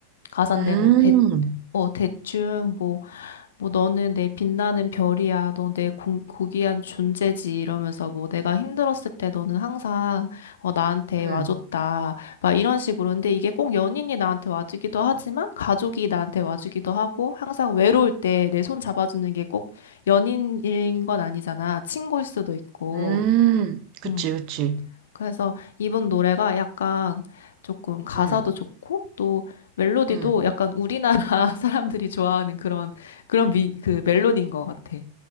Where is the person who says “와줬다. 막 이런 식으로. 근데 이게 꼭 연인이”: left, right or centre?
Left